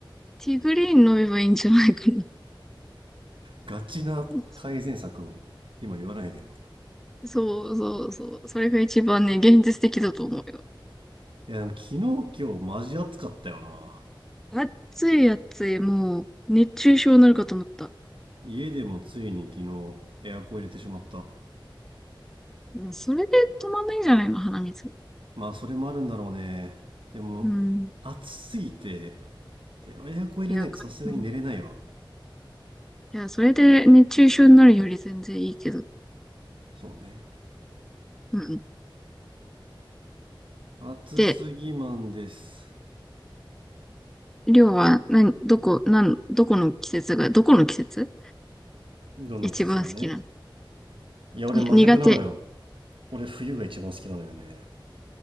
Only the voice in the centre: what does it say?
ティーグリーン飲めばいいんじゃないかな。
<laughs> そうそうそう。それが一番ね、現実的だと思うよ。
暑い暑い、もう、熱中症になるかと思った。
うん、それで止まんないんじゃないの、鼻水。
うん。
いや、か、うん。いや、それで熱中症になるより全然いいけど。
うん。
で、りょうは、などこ、なん、どこの季節が、どこの季節
一番好きなの。
いや苦手。